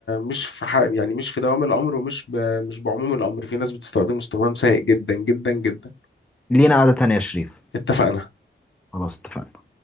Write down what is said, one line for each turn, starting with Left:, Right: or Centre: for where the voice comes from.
Left: مش في ح- يعني مش في دوام الأمر ومش ب... مش بعموم الأمر في ناس بتستخدمه استخدام سيء جدا جدا جدا
Centre: لينا قعدة تانية يا شريف
Left: اتفقنا
Centre: خلاص اتفقنا